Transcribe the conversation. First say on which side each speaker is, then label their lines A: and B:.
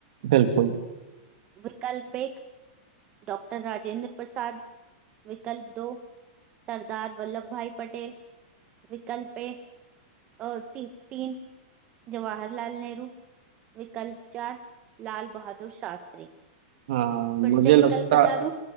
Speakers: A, on the right; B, on the right.
A: बिल्कुल
B: विकल्प एक डॉक्टर राजेंद्र प्रसाद विकल्प दो सरदार वल्लभ भाई पटेल विकल्प ए, अ, ती, तीन जवाहरलाल नेहरू विकल्प चार लाल बहादुर शास्त्री
A: हाँ मुझे
B: फिर से
A: लगता
B: विकल्प बता दूं